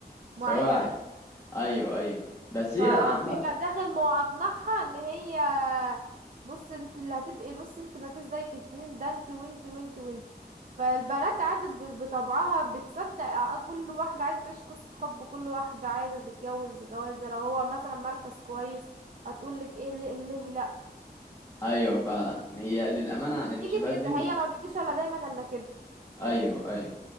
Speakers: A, on the right; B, on the left.
A: معينة
B: سواعي ايوه ايوه بس
A: فبيبقى
B: هي عم...
A: داخل ما اقنعها ان هي بص انت اللي هتبقي بص انت ما فيش زيك اتنين ده انت وانت وانت وانت فالبنات عادي ب- بطبعها بتصدق آه، كل واحدة عايزة تعيش قصة حب كل واحدة عايزة تتجوز جوازة لو هو مثلا مركز كويس هتقولك ايه ليه ليه لا
B: ايوه فعلا هي للامانه عن الشباب
A: تيجي كده
B: دي دي
A: هي ما بتجيش الا دايما الا كده
B: ايوه ايوه